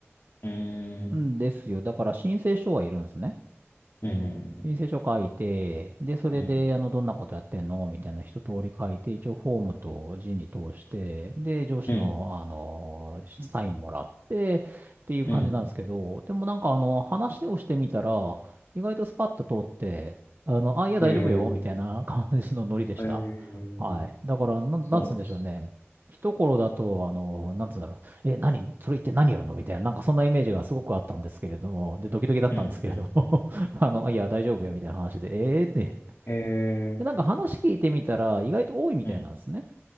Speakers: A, on the left; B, on the right.
A: うーん。
B: んですよ。だから申請書はいるんですね。
A: うん、うん、
B: 申請書書いて、で、それで、
A: うん、
B: あの、どんなことやってんのみたいな一通り書いて、一応フォームと人事通して、で、上司の、
A: うん、
B: あの、サインもらって、っていう感じなんですけど、
A: うん。
B: でもなんか、あの、話をしてみたら、意外とスパッと通って、あの、あ、いや、
A: うんえ
B: 大丈夫よ、みたいな感じのノリでした。
A: ー、えー、
B: はい。だから、なん、
A: そうなんですね。
B: なんつうんでしょうね。一頃だと、あの、なんつうんだろう。え、何それ言って何やるのみたいな、なんかそんなイメージがすごくあったんですけれども、で、ドキドキだったんですけれども
A: うん、うん、うん、うん。
B: <laughs> あの、いや、大丈夫よ、みたいな話で、えーって。
A: え
B: で、なんか話聞いてみたら、意外と多いみたいなんですね。
A: ー、うん。